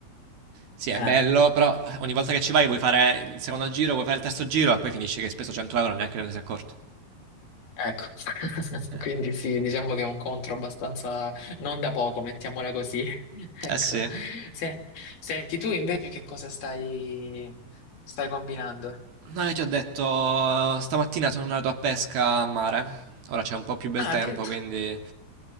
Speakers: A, on the right; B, on the left.
A: Sì, è
B: eh.
A: bello, però ogni volta che ci vai vuoi fare il secondo giro, vuoi fare il terzo giro e poi finisce che hai speso 100 euro e neanche te ne sei accorto.
B: Ecco, <laughs>
A: <laughs>
B: quindi sì, diciamo che è un contro abbastanza non da poco, mettiamola così. <laughs> Ecco.
A: Eh sì.
B: Se- Senti, tu invece che cosa stai, stai combinando?
A: No, io ti ho detto, stamattina sono andato a pesca a mare. Ora c'è un po' più bel
B: Ah,
A: tempo,
B: addirittura.
A: quindi